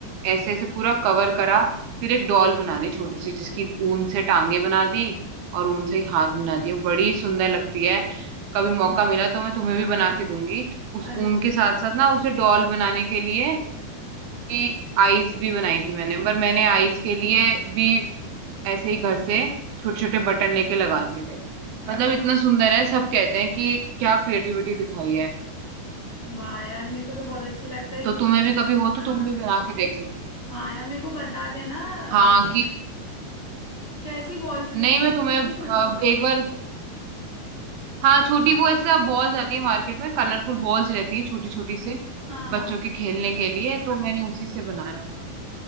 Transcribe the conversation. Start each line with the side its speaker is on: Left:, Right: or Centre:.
Right: ऐसे ऐसे पूरा कवर करा फिर एक डॉल बना दी छोटी सी जिसकी ऊन से टांगे बना दी और ऊन से ही हाथ बना दिए बड़ी सुंदर लगती है कभी मौका मिला तो मैं तुम्हें भी बना के दूंगी उस
Left: अरे
Right: ऊन
Left: बिल्कुल
Right: के साथ साथ ना उसे डॉल बनाने के लिए कि आईज भी बनाई थी मैंने पर मैंने आईज के लिए भी ऐसे ही घर से छोटे छोटे बटन लेके लगा दिए थे मतलब
Left: अरे
Right: इतना
Left: वाह
Right: सुंदर है सब कहते हैं कि क्या क्रिएटिविटी दिखाई है
Left: वाह यार मेरे को तो बहुत अच्छे लगता है
Right: तो
Left: कि
Right: तुम्हें भी कभी
Left: बताना
Right: हो तो तुम भी बना के देख सकती
Left: हाँ यार मेरे को बता देना
Right: हो हाँ
Left: अ,
Right: कि
Left: कैसी बॉल्स ली
Right: नहीं
Left: थी
Right: मैं तुम्हें
Left: छोटी
Right: अब
Left: छोटी बॉल्स
Right: एक
Left: ली
Right: बार
Left: थी
Right: हाँ छोटी वो ऐसे बॉल्स आती है मार्केट में कलरफुल बॉल्स रहती है छोटी छोटी से
Left: हाँ
Right: बच्चों
Left: हाँ
Right: के खेलने के लिए तो मैंने उसी से बनाया था